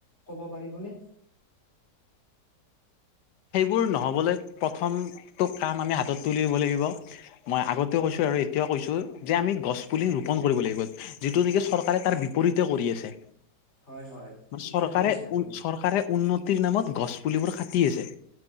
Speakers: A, on the left; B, on the left.
A: ক'ব পাৰিবনে?
B: সেইবোৰ নহ'বলৈ প্ৰথমটো কাম আমি হাতত তুলি দিব লাগিব। মই আগতেও কৈছো আৰু এতিয়াও কৈছো যে আমি গছ পুলি
A: হয়,
B: ৰোপন কৰিব লাগিব যিটো নিকি চৰকাৰে তাৰ বিপৰীতে কৰি আছে।
A: হয়, হয়, ঠিক
B: চৰকাৰে
A: কথাই কৈছে আপুনি।
B: উন চৰকাৰে উন্নতিৰ নামত গছ পুলিবোৰ কাটি আছে